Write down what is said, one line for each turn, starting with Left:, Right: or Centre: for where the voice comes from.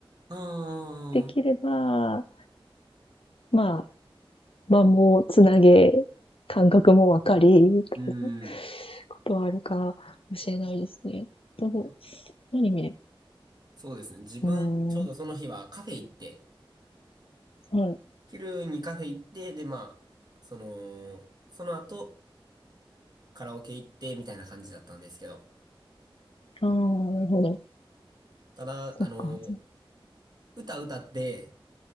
Right: ああ、
Left: できれば、まあ、間もつなげ、感覚もわかり、
Right: うん。
Left: とことはあるかもしれないですね。どう、
Right: そ
Left: 何見れ
Right: そうですね。自分、
Left: ばうーん。
Right: ちょうどその日はカフェ行って、
Left: はい。
Right: 昼にカフェ行って、で、まあ、その、その後、カラオケ行って、みたいな感じだったんですけど。
Left: ああ、なるほど。
Right: ただ、
Left: そっか。
Right: あの、歌歌って、